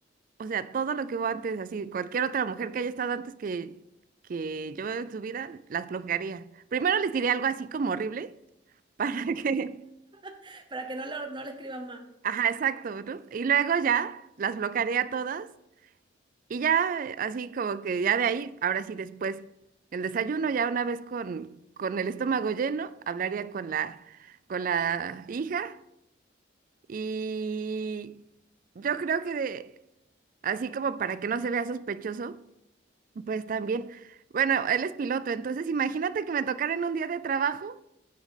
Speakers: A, on the right; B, on the right.
A: O sea, todo lo que hubo antes, así, cualquier otra mujer que haya estado antes que, que yo en su vida, las bloquearía. Primero les diría algo así como horrible para que...
B: <laughs> para que no, lo- no le escriban más.
A: <laughs> Ajá, exacto, ¿no? Y luego ya las bloquearía todas Y ya, eh, así como que ya de ahí, ahora sí después, el desayuno, ya una vez con, con el estómago lleno, hablaría con la, con la hija y yo creo que de- así como para que no se vea sospechoso, pues también, bueno, él es piloto, entonces imagínate que me tocara en un día de trabajo,